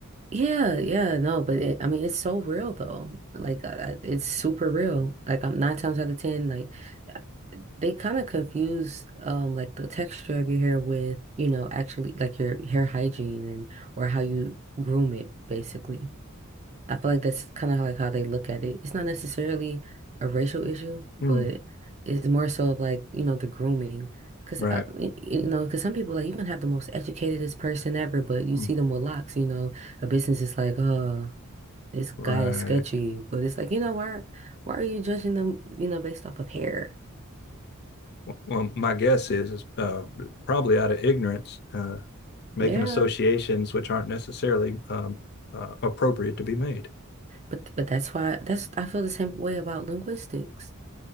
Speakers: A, on the right (about 30°); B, on the left (about 50°).
A: Yeah, yeah, no, but it, I mean, it's so real though. Like, I, I- it's super real. Like, I'm nine times out of ten, like. they kind of confuse um like the texture of your hair with, you know, actually like your hair hygiene and or how you groom it, basically. I feel like that's kind of like how they look at it. It's not necessarily a racial issue,
B: Hmm.
A: but it's more so of like, you know, the grooming. Because,
B: Right.
A: you know, because some people, like, you can have the most educatedest person ever, but you
B: Hmm.
A: see them with locks, you know, a business is like, oh, this guy
B: Right.
A: is sketchy. But it's like, you know, why, why are you judging them, you know, based off of hair?
B: Well, my guess is is uh probably out of ignorance, uh making
A: Yeah.
B: associations which aren't necessarily um uh, appropriate to be made.
A: But but that's why that's I feel the same way about linguistics.